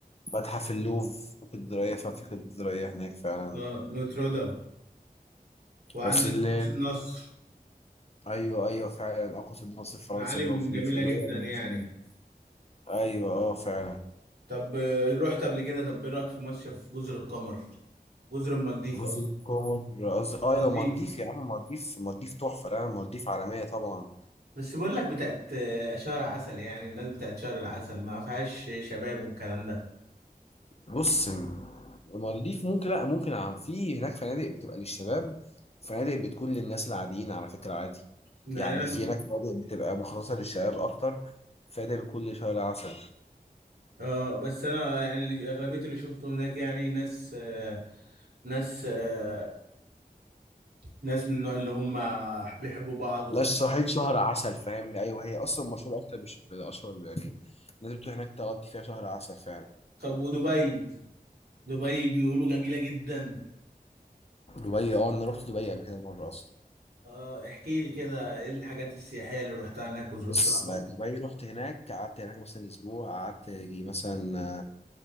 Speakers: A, on the left (about 40°); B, on the right (about 85°).
A: متحف اللوف في الدراية فعلا في الدراية هناك فعلا
B: اه نوتردام وعندك
A: بس اللي
B: قدس النصر
A: أيوه أيوه فعلا أقصد النصر فرنسا
B: معالم
A: اللي هو في
B: جميلة
A: في- اللي
B: جدا
A: هو
B: يعني
A: في أيوه أه فعلا
B: طب آه، رحت قبل كده طب ايه رأيك في مصيف جزر القمر جزر المالديف
A: جزر
B: قصدي
A: القمر قصدي آه،
B: مالديف
A: أيوه مالديف يا عم مالديف مالديف تحفة لا مالديف عالمية طبعا
B: بس بقول لك بتاعت آه، شهر عسل يعني الناس بتاعت شهر العسل ما فيهاش شباب والكلام ده
A: بص مالديف ممكن لا ممكن عم- في هناك فنادق بتبقى للشباب فنادق بتكون للناس العاديين على فكرة عادي
B: يعني
A: يعني
B: انا
A: في هناك فنادق بتبقى مخصصة للشباب أكتر فنادق بتكون لشهر العسل
B: اه بس انا يعني اللي- اغلبيه اللي شفته هناك يعني ناس آه، ناس آه، ناس من النوع اللي هم بيحبوا بعض وبتاع
A: لا الصعيد شهر عسل فاهم ايوه هي اصلا مشهوره اكتر بش- بالاشهر يعني الناس بتروح هناك تقضي فيها شهر عسل فعلا
B: طب ودبي دبي بيقولوا جميله جدا
A: دبي اه انا رحت دبي قبل كده مره اصلا
B: اه احكي لي كده ايه الحاجات السياحيه اللي رحتها هناك وزرتها
A: بص آه، دبي رحت هناك قعدت هناك مثلا اسبوع قعدت يجي مثلا آه،